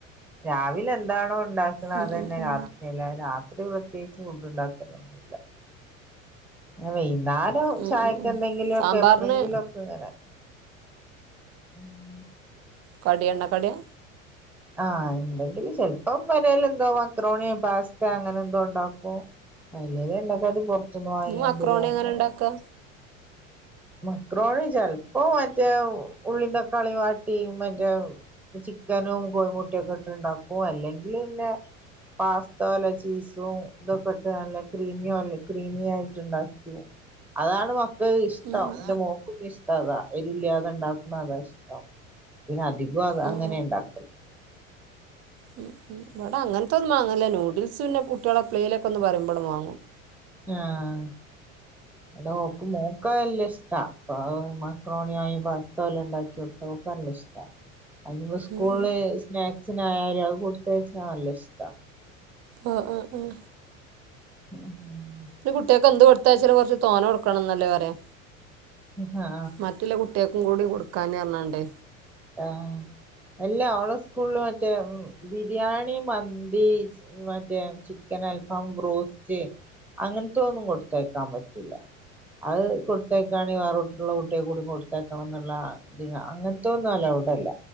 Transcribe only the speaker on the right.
ഉം
ഉം ഉം
ഉം
ഉം ഉം സാമ്പാറിന്
കടി എണ്ണ കടിയാ?
മക്രോണി എങ്ങനെ
ഇണ്ടാക്കാ
ഉം ഉം ഉം
ഉം
മ് മ് ഇവിടെ അങ്ങനത്തൊന്നും വാങ്ങില്ലേ നൂഡിൽസ് പിന്നെ കുട്ടിളെ പ്ലേയിലൊക്കെന്ന് പറുമ്പോ വാങ്ങും.
ഉം ഉം
ആഹ് ആഹ് ആഹ്
പ്പ കുട്ടിയക്കെ എന്ത് കൊടുത്തച്ചാല് കുറച്ച് തോന്നേ കൊടുക്കണം എന്നല്ലേ പറയാ.
മറ്റുള്ള കുട്ട് ട്ടിയേക്കും കൂടി കൊടുക്കാൻ പറഞ്ഞോണ്ട്